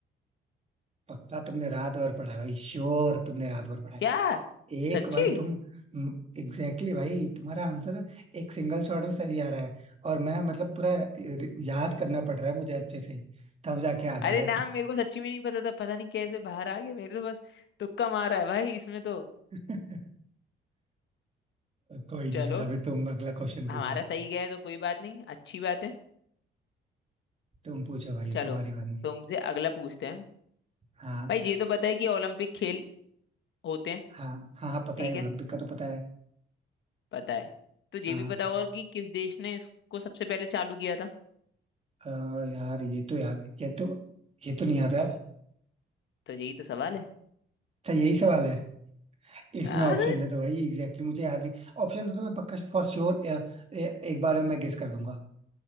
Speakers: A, on the right (about 30°); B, on the left (about 70°).
A: पक्का तुमने रात भर पढ़ा है भाई श्योर तुमने रात भर पढ़ा है
B: क्या
A: एक
B: सच्ची
A: भाई तुम एग्जैक्टली exactly भाई तुम्हारा आंसर एक सिंगल शॉट में सही आ रहा है और मैं मतलब पूरा अ, याद करना पड़ रहा है मुझे अच्छे से तब जाके याद आ
B: अरे
A: रहा है
B: नाम
A: कुछ
B: मेरे को सच्ची में नहीं पता था पता नहीं कैसे बाहर आ गए मेरे तो बस तुक्का मारा है भाई इसमें तो
A: <laughs> कोई
B: चलो
A: नहीं यार अभी तुम अगला क्वेश्चन पूछो
B: हमारा सही गया है तो कोई बात नहीं अच्छी बात है
A: तुम पूछो भाई
B: चलो
A: तुम्हारी बारी है।
B: तुमसे अगला पूछते हैं
A: हाँ
B: भाई ये तो पता है कि ओलंपिक खेल होते हैं
A: हाँ हाँ हाँ पता
B: ठीक
A: है
B: है
A: ओलंपिक का तो पता है
B: पता है तो ये
A: हाँ
B: भी पता होगा कि किस देश ने इसको सबसे पहले चालू किया था
A: अ, यार ये तो याद ये तो ये तो नहीं याद यार
B: तो यही तो सवाल है
A: अच्छा यही सवाल है इसमें
B: आह,
A: ऑप्शन दे दो भाई एग्जैक्टली exactly मुझे याद नहीं ऑप्शन दे दो मैं पक्का फॉर श्योर एक बार में मैं गेस कर दूंगा